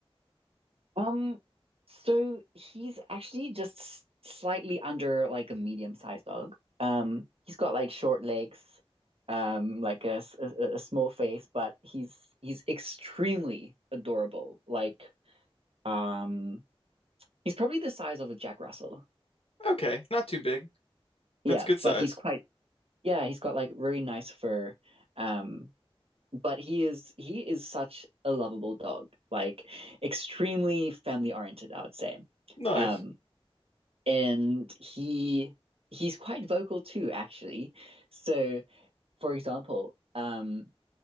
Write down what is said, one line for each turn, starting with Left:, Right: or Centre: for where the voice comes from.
Right: Um, so he's actually just s- slightly under like a medium-sized dog. Um, he's got like short legs, um, like a, s- a- a small face, but he's he's extremely adorable. Like, um, he's probably the size of a Jack Russell.
Left: Okay, not too big.
Right: Yeah,
Left: That's a good size.
Right: but he's quite yeah, he's got like really nice fur. Um, but he is he is such a lovable dog, like extremely family-oriented, I would say.
Left: Nice.
Right: um. and he he's quite vocal too, actually. So, for example, um,